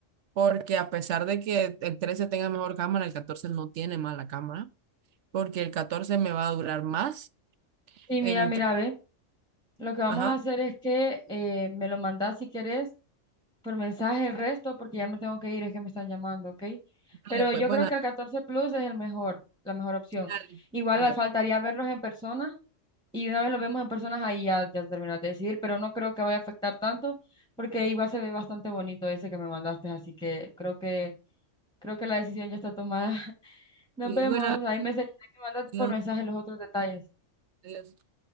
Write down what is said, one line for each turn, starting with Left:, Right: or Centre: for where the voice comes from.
Right: porque a pesar de que el 13 tenga mejor cámara, el 14 no tiene mala cámara, porque el 14 me va a durar más
Centre: Sí,
Right: en...
Centre: mira, mira, ve. Lo que vamos
Right: Ajá.
Centre: a hacer es que eh, me lo mandás si querés por mensaje el resto, porque ya me tengo que ir, es que me están llamando, ¿ok?
Right: Dale,
Centre: Pero
Right: pues,
Centre: yo
Right: bueno,
Centre: creo que el 14 Plus es el mejor, la mejor opción.
Right: dale,
Centre: Igual
Right: dale.
Centre: le faltaría verlos en persona Y una vez lo vemos en personas, ahí ya, ya terminas de decidir, pero no creo que vaya a afectar tanto, porque igual se ve bastante bonito ese que me mandaste, así que creo que, creo que la decisión ya está tomada. <laughs> Nos
Right: Y
Centre: vemos,
Right: bueno,
Centre: ahí me, se- ahí me mandas
Right: adiós.
Centre: por mensaje los otros detalles.
Right: adiós.